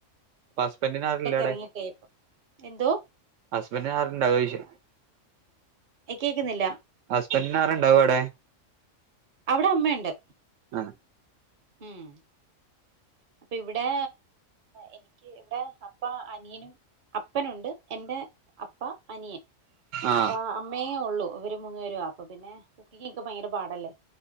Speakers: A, on the right; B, on the right.
A: അപ്പൊ ഹസ്ബന്റിന് ആരൂല്ലാ
B: ഇറങ്ങിട്ടേ എന്തോ
A: ഹസ്ബൻഡിന് ആരുണ്ടാവ ചോദിച്ച
B: എ കേക്കുന്നില്ല
A: ഹസ്ബന്റിനാരാണ്ടാവാ അവിടെ
B: അവിടെ അമ്മയൊണ്ട്
A: ആ
B: ഉം അപ്പൊ ഇവിടെ എനിക്ക് ഇവിടെ അപ്പ അനിയനും അപ്പനുണ്ട് എന്റെ അപ്പ അനിയൻ
A: ആ
B: അപ്പ അമ്മയേ ഒള്ളൂ ഇവര് മൂന്നുപേരുവാ അപ്പൊ പിന്നെ കുക്കിംങ്ങൊക്കെ ഭയങ്കര പാടല്ലേ